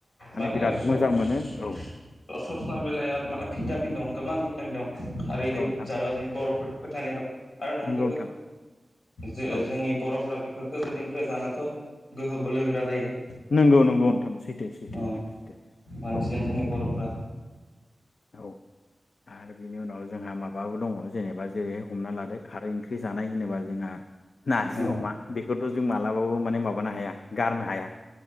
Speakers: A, on the left (about 65°); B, on the left (about 80°).
A: माने
B: बिराद
A: स-ससना
B: मोजां मोनो औ
A: बिलाइआ माने भिटामिन दं गोबां दं खारैदों
B: नोंथां
A: जाबा जोंनि बर'फोरनि फोथायनाय दं। आरो नंगौबो
B: नंगौ नोंथां
A: जो
B: औ
A: जोंनि बर'फोरा बेफोरखौ गोदोनिफ्राय जा नाथ' गोहो बोलोगोरा जायो।
B: नंगौ नंगौ सैथो सैथो
A: अ
B: नोंथां सैथौ,
A: बांसिन
B: औ
A: जोंनि बर'फ्रा
B: औ आरो बिनि उनाव जोंहा माबाबो दङ, जेनेबा जेरैह हमना लादो खारै ओंख्रि जानाय होनोबा जोंहा नारजि
A: अ
B: अमा बेख थ' जों मालाबाबो माने मा बानो हाया गारनो हाया।